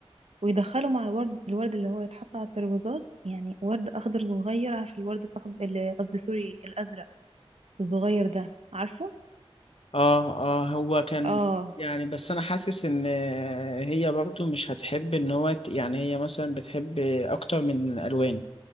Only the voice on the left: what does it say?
اه اه هو كان
يعني بس انا حاسس ان هي برضو مش هتحب ان هو ت- يعني هي مثلا بتحب اكتر من الوان